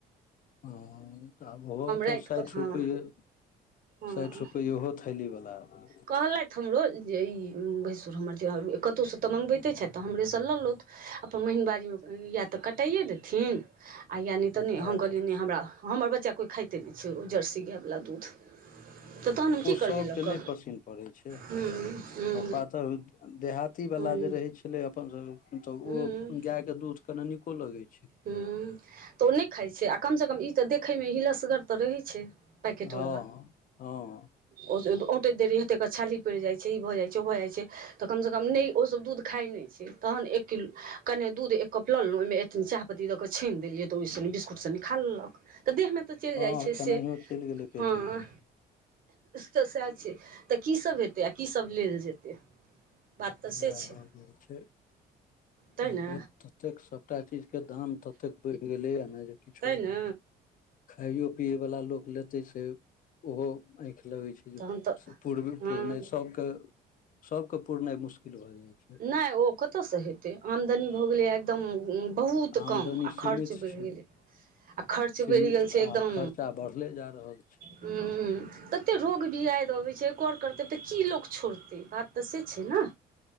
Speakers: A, on the left; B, on the right.
A: <unintelligible> तऽब ओहो तऽ
B: राति
A: साइठ
B: कऽ हँ
A: रुपैए
B: हँ
A: साइठ रुपैये थैलीवाला बला।
B: कहलथि हमरो जे ई भैंसुर हमर तिौहार कतहुसँ तऽ मँगबैते छथि तऽ हमरेसँ लऽ लौथ अपन महीन बाजैमे यए तऽ कटाइए देथिन। आ या नहि तऽ
A: हँ
B: नहि
A: हँ
B: हम कहलियैनि नहि हमरा हमर। बच्चा कोइ खाइते नहि छै ओ जर्सी गाएवला दूध तऽ तहन की करबै
A: सब
B: लऽ
A: के नहि
B: कऽ
A: पसीन पड़े छै
B: हूँ हूँ
A: पात देहाती वाला
B: हूँ
A: जे रहे छै छलै अपन तऽ
B: हूँ
A: ओ गायके दूध कनि नीको लगै छै
B: हू तऽ ओ नहि खाइ छै आ कमसँ कम ई तऽ देखैमे हिलसगर तऽ रहै छै पैकैटबला
A: हँ हँ
B: ओ औंैत देरी हेते छाली पड़ि जाइत छै ई भऽ जाइत छै ओ भऽ जाइ छै तऽ कमसँ कम नहि ओसभ दूध खाइत नहि छै तहन एक किलो कने दूध एक कप लेलऽ लेलहुँ ओहिमे एथिन चाह पी द कऽ छानन देलिय तऽ ओहि बिस्कुट सब निकालक तऽ देहमे तऽ चलि
A: हँ
B: जाइ छै
A: केनाहियो
B: से
A: चलि गेलै पेट
B: हँ
A: मे
B: तऽ सएह छै तऽ कीसभ हेतै आ कीसभ लेल जेतै बात तऽ से
A: इएह
B: छै
A: भऽ गेल छै
B: तैँ
A: आय
B: ने
A: काल्हि ततेक सभटा चीजके दाम ततेक बढ़ि गेलैए नहि जे किछो
B: तैँ ने
A: खााययो पिये वाला लोक लेते से ओहो आँखि लगे छै
B: तहन तऽ
A: पुरब
B: हँ
A: पुरनाइ सबके सबके पुरनाइ मुश्किल भऽ जाइ छै
B: नहि ओ कतऽसँ हेतै आमदनी भऽ गेलै एकदम बहुत
A: आमदनी
B: कम आ
A: सीमित
B: खर्च बढ़ि
A: छै
B: गेलै आ खर्च
A: सीमित
B: बढ़ि गेल छै
A: आ
B: एकदम
A: खर्चा बढ़ले जा रहल छै
B: हू तते रोग बियाद अबै छै कर करतै तऽ की लोक छोड़तै बात तऽ से छै नऽ